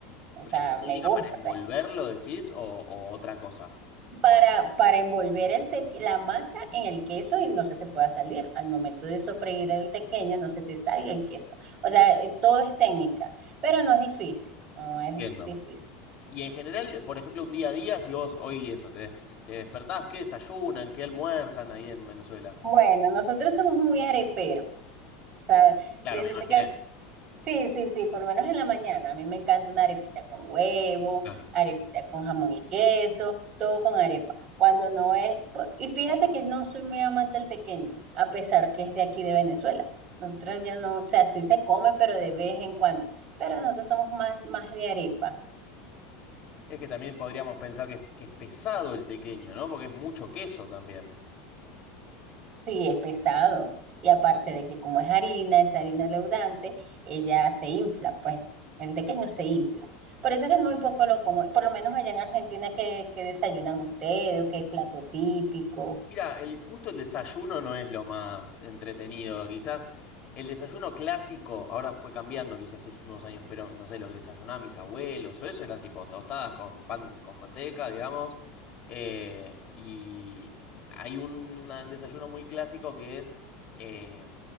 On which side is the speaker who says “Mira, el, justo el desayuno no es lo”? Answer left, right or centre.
Left